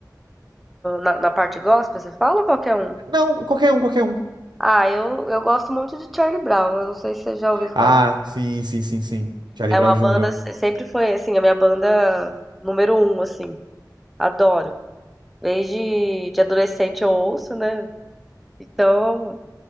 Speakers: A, in the centre; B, on the right (about 85°).
A: Na, na parte gospel, você fala ou qualquer um?
B: Não, qualquer um, qualquer um.
A: Ah, eu, eu gosto muito de Charlie Brown. Eu não sei se você já ouviu
B: Ah,
A: falar.
B: sim, sim, sim, sim. Charlie
A: É
B: Brown
A: uma
B: Jr.
A: banda, sempre foi assim, a minha banda número um, assim. Adoro. Desde de adolescente eu ouço, né? Então,